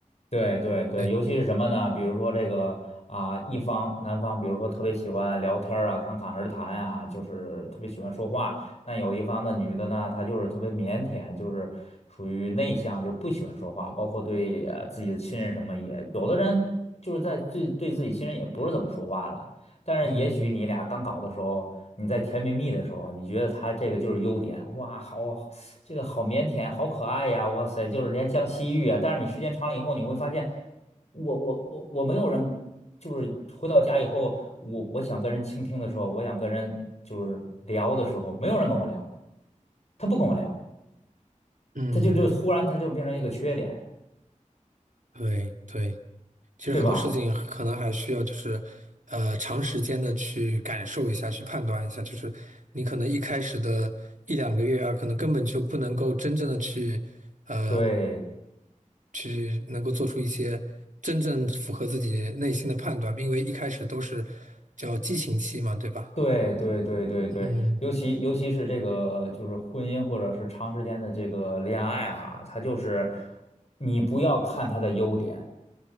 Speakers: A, on the left; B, on the right.
A: 对对对，
B: 对。
A: 尤其是什么呢？比如说这个啊，一方男方，比如说特别喜欢聊天儿啊，侃侃而谈啊，就是特别喜欢说话。但有一方的女的呢，她就是特别腼腆，就是属于内向，就不喜欢说话，包括对呃自己的亲人什么也，有的人就是在对对自己亲人也不是怎么说话的。但是也许你俩刚搞的时候，
B: 嗯
A: 你在甜蜜蜜的时候，你觉得他这个就是优点，哇，好，这个好腼腆，好可爱呀，哇塞，就是怜香惜玉啊。但是你时间长了以后，你会发现，我我我我没有人，就是回到家以后，我我想跟人倾听的时候，我想跟人就是聊的时候，没有人跟我聊，他不跟我聊，
B: 嗯，
A: 他就就忽然他就变成一个缺点，
B: 对对，其实很多事情可能还需要就是，
A: 对吧？
B: 呃，长时间的去感受一下，去判断一下。就是你可能一开始的一两个月啊，可能根本就不能够真正的去，呃，
A: 对。
B: 去能够做出一些真正符合自己内心的判断，因为一开始都是叫激情期嘛，对吧？
A: 对对对对对，
B: 嗯
A: 尤其尤其是这个就是婚姻或者是长时间的这个恋爱啊，它就是你不要看他的优点，